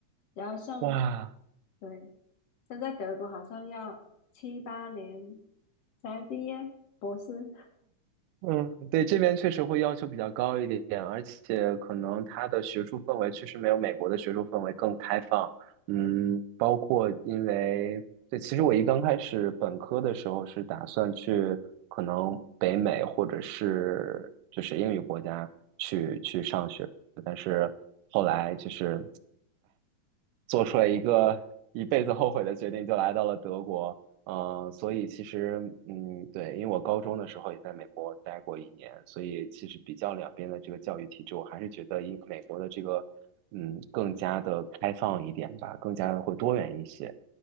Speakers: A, on the left; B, on the right.
A: 然后像，
B: 哇，
A: 对，像在德国好像要七八年才毕业博士。
B: 嗯，对，这边确实会要求比较高一点，而且可能它的学术氛围确实没有美国的学术氛围更开放。嗯，包括因为，对，其实我一刚开始本科的时候是打算去可能北美或者是就是英语国家去去上学，但是后来就是。做出了一个一辈子后悔的决定，就来到了德国。嗯、所以其实，嗯，对，因为我高中的时候也在美国待过一年，所以其实比较两边的这个教育体制，我还是觉得英美国的这个，嗯，更加的开放一点吧，更加的会多元一些。